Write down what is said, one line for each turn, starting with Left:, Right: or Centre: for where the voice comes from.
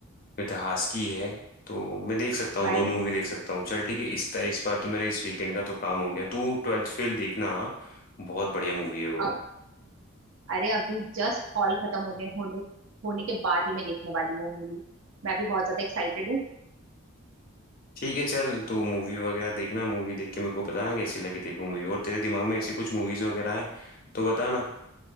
Left: इतिहास की है तो मैं देख सकता
Right: भाई
Left: हूँ दोनों मूवी देख सकता हूँ चल ठीक है इस इस बार तो मेरे इस वीकेंड का तो काम हो गया तू ट्वेल्थ फेल देखना हाँ बहुत बढ़िया मूवी है वो
Right: अब अरे अभी जस्ट हॉल खत्म होने होने होने के बाद ही मैं देखने वाली हूँ वो मूवी मैं भी बहुत ज्यादा एक्साइटेड हूँ
Left: ठीक है चल तो मूवी वगैरह देखना मूवी देख के मेरे को बताना कैसी लगी तेरे को मूवी और तेरे दिमाग में ऐसी कुछ मूवीज वगैरह है तो बताना